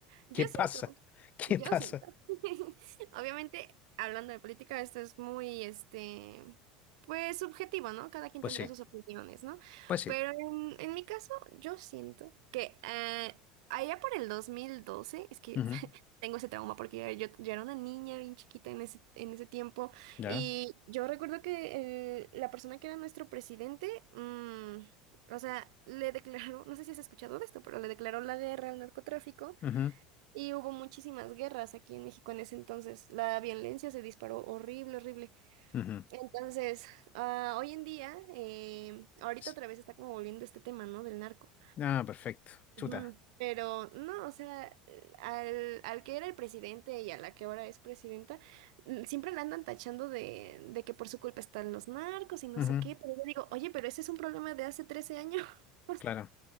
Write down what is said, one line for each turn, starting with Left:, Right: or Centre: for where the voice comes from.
Right: Yo
Left: ¿Qué pasa?
Right: siento,
Left: <laughs> ¿Qué
Right: yo
Left: pasa?
Right: siento. <laughs> Obviamente, hablando de política, esto es muy, este, pues subjetivo, ¿no? Cada quien
Left: Pues
Right: tendrá
Left: sí,
Right: sus opiniones, ¿no?
Left: pues sí.
Right: Pero en, en mi caso, yo siento que eh, allá por el 2012 es que
Left: Ujú,
Right: <laughs> tengo ese trauma porque yo, yo era una niña bien chiquita en ese, en ese tiempo
Left: Ya.
Right: y yo recuerdo que eh, la persona que era nuestro presidente... mm, o sea, le declaró, no sé si has escuchado de esto, pero le declaró la guerra al narcotráfico
Left: ujú,
Right: y hubo muchísimas guerras aquí en México en ese entonces. La violencia se disparó horrible, horrible.
Left: ujú.
Right: Entonces, ah, hoy en día, eh, ahorita
Left: S-
Right: otra vez está como volviendo este tema, ¿no? Del narco.
Left: Ah, perfecto. Chuta.
Right: Ujú. Pero no, o sea, eh, al, al que era el presidente y a la que ahora es presidenta, mm, siempre la andan tachando de, de que por su culpa están los narcos y no
Left: Ujú,
Right: sé qué, pero yo digo, oye, pero ese es un problema de hace 13 años. <laughs>
Left: Claro.